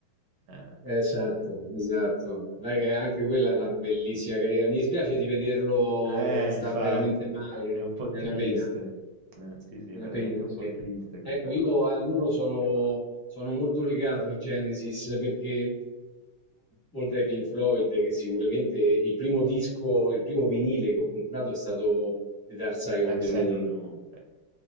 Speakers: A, on the right; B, on the left.
A: eh,
B: Esatto,
A: sì.
B: esatto. Dai, che anche quella è una bellissima carriera. Mi dispiace di vederlo
A: eh,
B: che sta
A: infatti,
B: veramente male,
A: è un po'
B: è
A: triste.
B: una pena.
A: Eh, sì, sì,
B: La
A: è veramente
B: pensi.
A: un po' triste questa
B: Ecco, io
A: cosa.
B: a loro sono, sono molto legato ai Genesis perché, oltre ai Pink Floyd, che sicuramente il primo disco, il primo vinile che ho comprato è stato The Dark Side
A: Dark
B: of the
A: Side
B: Moon,
A: of the Moon, beh.